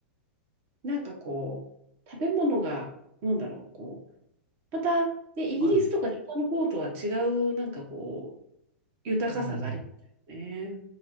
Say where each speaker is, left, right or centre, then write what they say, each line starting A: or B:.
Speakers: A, on the right (about 40°); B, on the right (about 85°).
A: なんかこう、食べ物が、なんだろう、こう、また、ね、イギリスとか北の方とは違う、
B: はい。
A: なんかこう、豊かさがありますよね。
B: うん。